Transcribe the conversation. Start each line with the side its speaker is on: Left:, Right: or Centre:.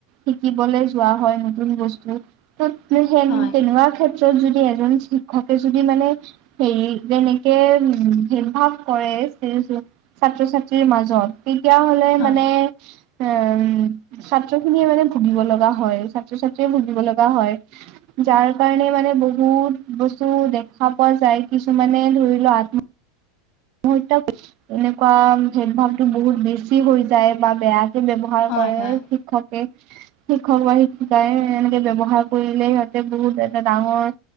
Right: শিকিবলৈ যোৱা হয় নতুন বস্তু। তো সেই
Left: হয়
Right: তেনেকুৱা ক্ষেত্ৰত যদি এজন শিক্ষকে যদি মানে হেৰি তেনেকে উম ভেদ-ভাৱ কৰে ছে ছাত্ৰ-ছাত্ৰীৰ মাজত তেতিয়া হ'লে
Left: হয়
Right: মানে, উম ছাত্ৰখিনিয়ে মানে ভুগিব লগা হয়। ছাত্ৰ-ছাত্ৰীয়ে বুজিব লগা হয়, যাৰ কাৰণে মানে বহুত বস্তু দেখা পোৱা যায়। কিছুমানে ধৰি লওঁ, আত্ম হত্যা। এনেকুৱা ভেদ-ভাৱটো বহুত বেছি হৈ যায়, বা বেয়াকে ব্যৱ হাৰ
Left: হয়
Right: কৰে
Left: হয়
Right: শিক্ষক কে। শিক্ষক বা শিক্ষিকাই এনেকে ব্যৱহাৰ কৰিলে সিহঁতে বহুত এটা ডাঙৰ